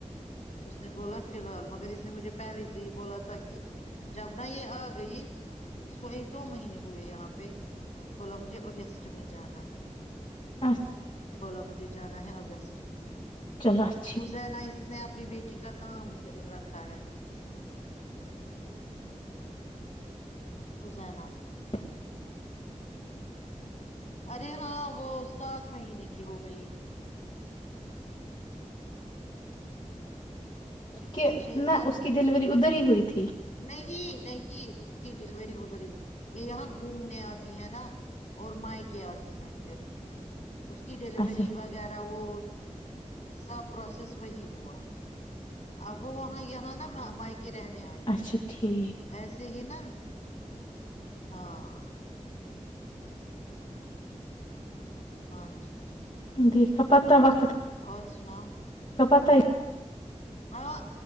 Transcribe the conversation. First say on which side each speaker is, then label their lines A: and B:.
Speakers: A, on the left; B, on the left.
A: اس نے بولا فی الحال مگر اس نے مجھے پہلے سے ہی بولا تھا کہ جب نا یہ گئی اس کو ایک دو مہینے ہوئے یہاں پہ بولا مجھے اوگیسٹ میں جانا ہے
B: اچھا <inaudible>
A: بولا مجھے جانا ہے آگسٹ میں
B: چلو اچ <inaudible>
A: عزینہ اس نے اپنی بیٹی کا نام کل رکھا ہے ازینہ
B: ہ <inaudible>
A: ارے ہاں وہ سات مہینے کی ہو گئی
B: کہ
A: چھ
B: نہ
A: سات
B: اس
A: میں
B: کی ڈلیوری ادھر ہی ہوئی تھی
A: نہیں نہیں اس کی ڈیلیوری ادھر ہی ہویی یہ یہاں گھومنے آتی ہے نا اور مائکے آتی ہیں پھر اس کی ڈیلیوری
B: اچھا
A: وغیرہ وہ سب پروسیس وہی ہوا اب وہ وہاں یہاں نا مائکے رہنے آئی
B: اچھا
A: ہے
B: ٹھیک
A: ایسے ہی نا ہاں ہاں جی
B: دیکھا پتا وقت
A: اور سناؤ
B: ک پت <inaudible>
A: ہاں